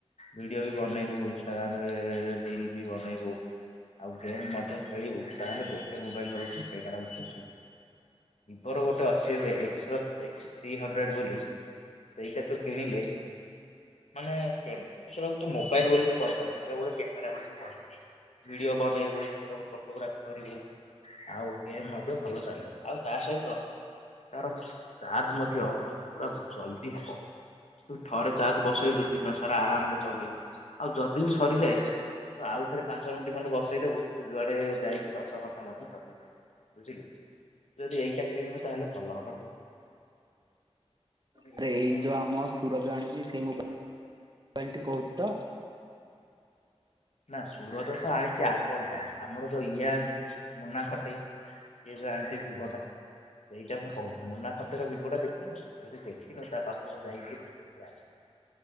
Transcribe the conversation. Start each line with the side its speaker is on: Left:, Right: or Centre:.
Left: ଭିଡିଓ ବି ବନେଇବୁ ଇନଷ୍ଟାଗ୍ରାମରେ। ଏ ରିଲ ବି ବନେଇବୁ। ଆଉ ଗେମ୍ ମଧ୍ୟ ଖେଳିବୁ ତାହେଲେ ଗୋଟେ ମୋବାଇଲ ହଉଛି ସେଇଟା ହଉଛି ମୋର ଗୋଟେ ଅଛି ଏବେ ଏକ୍ସ ର ଏକ୍ସ ଥ୍ରୀ ହଣ୍ଡ୍ରେଡ ବୋଲି ସେଇଟା ତୁ କିଣିଲେ ମାନେ <unintelligible> ତୁ ମୋବାଇଲ ବୋଲି ତୁ କହିପାରିବୁନି ସେଟା ଗୋଟେ କ୍ୟାମେରା ବୋଲି ତୁ କହିବୁ। ଭିଡିଓ ବନେଇବୁ ଏବଂ ଫଟୋଗ୍ରାଫି କରିବୁ। ଆଉ ଗେମ୍ ମଧ୍ୟ ଭଲ ଚାଲିବ ଆଉ ତା ସହିତ ତାର ଚାର୍ଜ ମଧ୍ୟ ପୁରା ଜଲଦି ହବ। ତୁ ଥରେ ଚାର୍ଜ ବସେଇଲୁ ଦିନ ସାରା ଆରାମରେ ଚଲେଇବୁ। ଆଉ ଯଦି ବି ସରିଯାଏ ତ ଆଉ ଥରେ ପାଞ୍ଚ ମିନିଟ ଖଣ୍ଡେ ବସେଇ ଦେବୁ ତୁ ଯୁଆଡେ ଯାଇକି ଦଶ ଘଣ୍ଟା ମଧ୍ୟ ଚାଲିଯାଏ। ବୁଝିଲୁ ଯଦି ଏଇଟା କିଣବୁ ତାହେଲେ ଭଲ ହବ କହୁ <unintelligible>
Right: ଆରେ ଏଇ ଯୋଉ ଆମ ସୁରଜ ଆଣିଛି ସେଇ ମୋବାଇ ମୋବାଇଲଟି କହୁଛୁ ତ?
Left: ନା ସୁରଜ ତ ଆଣିଛି ଆପଲ ଟା ଆମର ଯୋଉ ଇଏ ଆଣିଛି ମୁନା ଖଟେଇ। ସେଏ ଯୋଉ ଆଣିଛି ଭିବୋ ଟା ସେଇଟା ମୁଁ କହୁଛିି। ମୁନା ଖଟେଇ ଭିଭୋଟା ଦେଖିନୁ ଯଦି ଦେଖିନୁ ତା ପାଖକୁ ଯାଇକି ଦେଖି ଆସ।